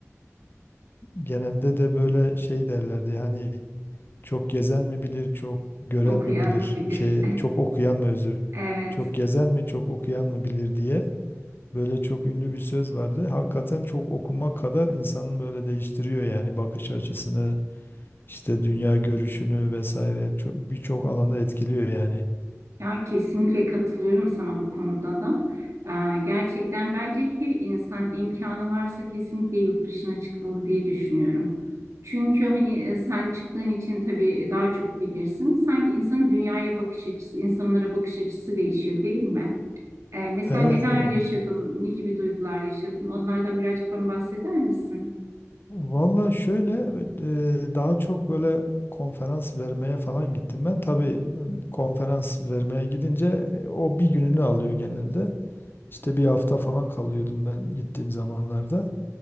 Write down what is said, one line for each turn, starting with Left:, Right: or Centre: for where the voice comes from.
Left: genelde de böyle şey derlerdi hani Çok gezen mi bilir, çok gören
Right: Okuyan
Left: mi bilir,
Right: mı bilir?
Left: şey,
Right: <laughs>
Left: çok okuyan mı özür,
Right: Evet.
Left: çok gezen mi, çok okuyan mı bilir diye böyle çok ünlü bir söz vardı. Hakikaten çok okumak kadar insanın böyle değiştiriyor yani bakış açısını, işte dünya görüşünü vesaire çok, birçok alanda etkiliyor yani.
Right: Ya kesinlikle katılıyorum sana bu konuda da. Ee, gerçekten bence her insan imkanı varsa kesinlikle yurt dışına çıkmalı diye düşünüyorum. Çünkü hani e, sen çıktığın için tabii daha çok bilirsin. Sanki insanın dünyaya bakış açısı, insanlara bakış açısı değişiyor değil mi? Ee, mesela
Left: Evet
Right: neler
Left: evet.
Right: yaşadın, ne gibi duygular yaşadın? Onlardan birazcık bana bahseder misin?
Left: Valla şöyle e, daha çok böyle konferans vermeye falan gittim ben. Tabii e, konferans vermeye gidince e, o bir gününü alıyor genelde. İşte bir hafta falan kalıyordum ben gittiğim zamanlarda.